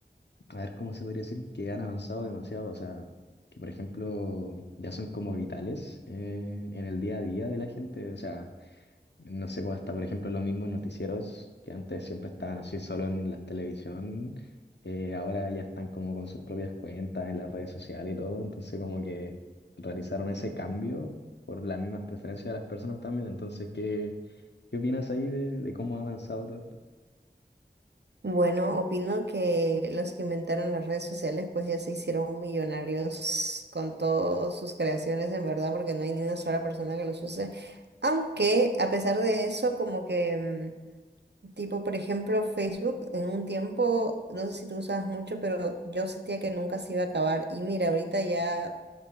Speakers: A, on the left; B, on the right.
A: a ver cómo se podría decir, que han avanzado demasiado? O sea, que por ejemplo ya son como vitales eh, en el día a día de la gente. O sea, no sé, pues hasta por ejemplo los mismos noticieros que antes siempre estaban así solo en la televisión, eh, ahora ya están como con sus propias cuentas en las redes sociales y todo, entonces como que realizaron ese cambio por las mismas preferencias de las personas también, entonces ¿qué, qué opinas ahí de, de cómo ha avanzado todo esto?
B: Bueno, opino que los que inventaron las redes sociales pues ya se hicieron millonarios con todas sus creaciones en verdad porque no hay ni una sola persona que los use. Aunque a pesar de eso como que mm, tipo por ejemplo Facebook en un tiempo no sé si tú usabas mucho pero yo sentía que nunca se iba a acabar y mira ahorita ya